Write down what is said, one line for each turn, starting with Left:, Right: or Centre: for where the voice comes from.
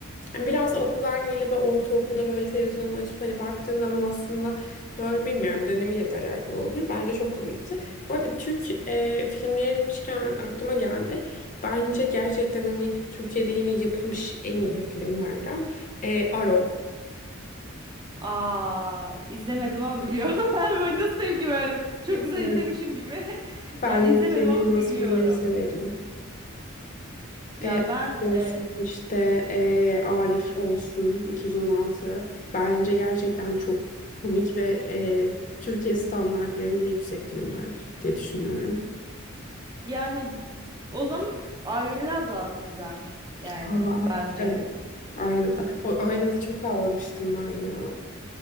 Left: Biraz da okuldan gelip böyle ortaokulda böyle televizyonu açıp hani baktığın zaman aslında böyle bilmiyorum dönemiyle de alakalı olabilir. Bence çok komikti.
Right: Evet.
Left: Bu arada Türk e, filmleri demişken aklıma geldi. Bence gerçekten hani Türkiye'de yine yapılmış en iyi filmlerden e, Arog.
Right: Aa izlemedim ama biliyorum. <laughs> Böyle Nasıl tepki verdim? Çok
Left: E,
Right: güzel
Left: e,
Right: izlemişim gibi. <laughs>
Left: ben
Right: Ya izlemedim
Left: Cem
Right: ama
Left: Yılmaz
Right: biliyorum.
Left: filmleri severim.
Right: Ya
Left: E,
Right: ben
Left: olsun
Right: e,
Left: işte e, Arif olsun 216 bence gerçekten çok komik ve e, Türkiye standartlarında yüksek filmler diye düşünüyorum.
Right: Yani o zaman aileler daha güzel yani
Left: Aa,
Right: bence.
Left: evet. Ayla'da. O Ayla'da çok ağlamıştım ben ya.